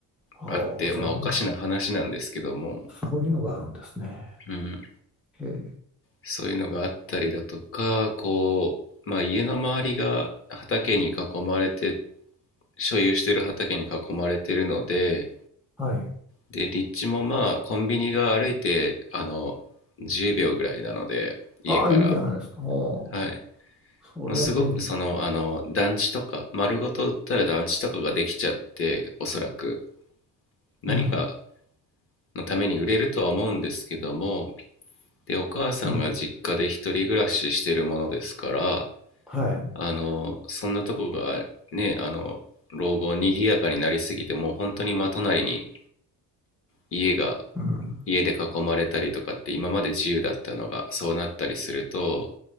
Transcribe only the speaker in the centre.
ああ、
そういうのが、
そういうのがあるんですね。
へえ、
はい。
ああ、いいじゃないですか。おお、
それは便利だ。
うん、
うん、はい。
うん、